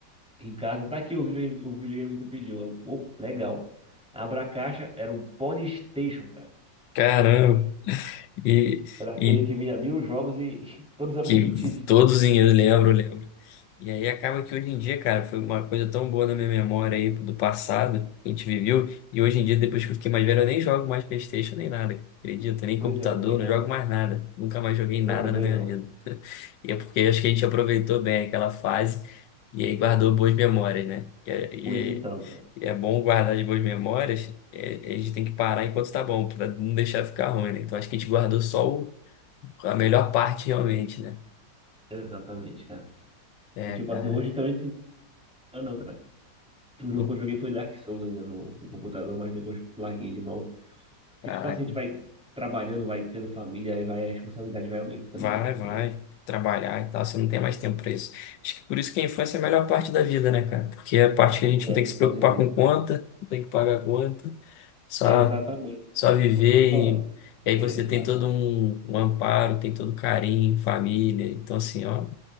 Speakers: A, in the centre; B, on the left (about 80°).
A: em casa, tá aqui o videogame, o videogame que tu pediu. Eu, Opa, legal. Abra a caixa, era um Polystation, cara.
B: Caramba. E,
A: Era aquele
B: e
A: que vinha mil jogos e <laughs> todos eram
B: que
A: repetidos.
B: todos em eu lembro, lembro. E aí acaba que hoje em dia, cara, foi uma coisa tão boa na minha memória aí do passado, que a gente viveu, e hoje em dia, depois que eu fiquei mais velho, eu nem jogo mais PlayStation nem nada, cara. acredita? Nem
A: Pois
B: computador,
A: é, eu também não.
B: não jogo mais nada. Nunca mais joguei nada
A: Eu também
B: na minha
A: não.
B: vida. <laughs> E é porque acho que a gente aproveitou bem aquela fase e aí guardou boas memórias, né? E é, e
A: Pois então,
B: é,
A: mano.
B: e é bom guardar de boas memórias, é- a gente tem que parar enquanto tá bom, pra não deixar ficar ruim, né? Então acho que a gente guardou só o- a melhor parte realmente, né?
A: Exatamente, cara.
B: É,
A: E tipo
B: cara.
A: assim, hoje também tem. Ah, não, cara. O jogo
B: Do,
A: que eu joguei foi Dark Souls ainda no, no computador, mas depois larguei de mão. Porque
B: caraca.
A: tipo assim, a gente vai trabalhando, vai tendo família, aí vai, a responsabilidade vai aumentando,
B: Vai,
A: né, cara,
B: vai
A: também.
B: trabalhar e tal, você não tem mais tempo pra isso. Acho que por isso que a infância é a melhor parte da vida, né, cara? Porque é a parte que
A: Pois
B: a gente
A: é,
B: não tem
A: verdade
B: que se preocupar
A: disso.
B: com conta, não tem que pagar conta, só
A: Exatamente.
B: só
A: Isso
B: viver
A: tudo só.
B: e, e aí
A: Exatamente.
B: você tem todo um, um amparo, tem todo carinho, família. Então, assim, ó,